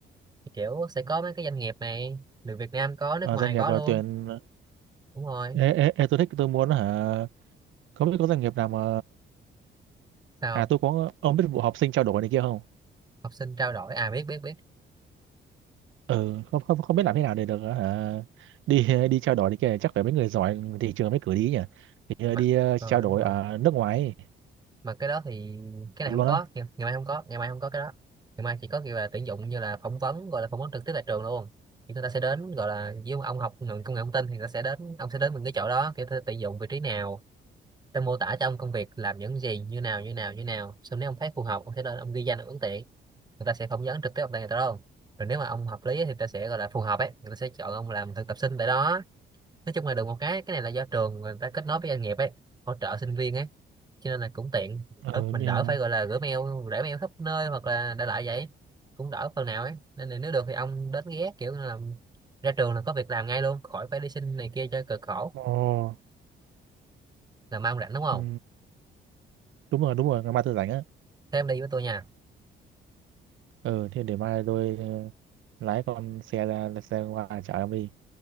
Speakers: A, on the right; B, on the right.
A: Thì kiểu sẽ có mấy cái doanh nghiệp này được Việt Nam có nước
B: Ờ,
A: ngoài
B: doanh nghiệp
A: có
B: ờ,
A: luôn
B: tuyển
A: đúng rồi
B: ê, ê, ê, tôi thích tôi muốn hả Không biết có doanh nghiệp nào mà
A: sao
B: à tôi có ông biết vụ học sinh trao đổi này kia không?
A: học sinh trao đổi à biết biết biết
B: Ừ, không không không biết làm thế nào để được hả? Đi đi trao đổi này kia chắc phải mấy người giỏi thị trường mới cử đi nhỉ. Thì ờ,
A: mà
B: đi ờ,
A: ờ
B: trao đổi
A: đúng rồi
B: ở nước ngoài ấy.
A: mà cái đó thì cái
B: thật
A: này không
B: luôn
A: có
B: á.
A: ngày, ngày mai không có ngày mai không có cái đó ngày mai chỉ có kiểu là tuyển dụng như là phỏng vấn gọi là phỏng vấn trực tiếp tại trường luôn thì người ta sẽ đến gọi là với ông học ngành công nghệ thông tin thì người ta sẽ đến ông sẽ đến mình cái chỗ đó kiểu ta tuyển dụng vị trí nào tôi mô tả cho ông công việc làm những gì như nào như nào như nào xong nếu ông thấy phù hợp ông sẽ lên ông ghi danh ông ứng tuyển người ta sẽ phỏng vấn trực tiếp ông tại người ta đâu rồi nếu mà ông hợp lý thì người ta sẽ gọi là phù hợp ấy người ta sẽ chọn ông làm thực tập sinh tại đó nói chung là được một cái cái này là do trường người ta kết nối với doanh nghiệp ấy hỗ trợ sinh viên ấy cho nên là cũng tiện
B: Ừ
A: Ờ, mình
B: như
A: đỡ phải gọi là gửi mail để mail khắp nơi hoặc là đại loại vậy cũng đỡ phần nào ấy nên là nếu được thì ông đến ghé kiểu là ra trường là có việc làm ngay luôn khỏi phải đi xin này kia cho cực khổ
B: Ồ.
A: là mong rảnh đúng không
B: Ừ, đúng rồi, đúng rồi, ngày mai tôi rảnh á.
A: thế em đi với tôi nha
B: Ừ, thì để mai tôi ờ, lái con xe ra xe qua chở ông đi.